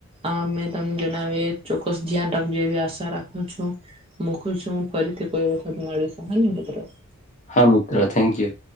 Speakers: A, on the right (about 25°); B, on the left (about 35°).
A: આ મેં તમને જણાવી ચોક્કસ ધ્યાન રાખજ એવી આશા રાખું છું મકું છું ફરીથી કોઈ વખત મળે હ મિત્રો.
B: હા મિત્ર. Thank you.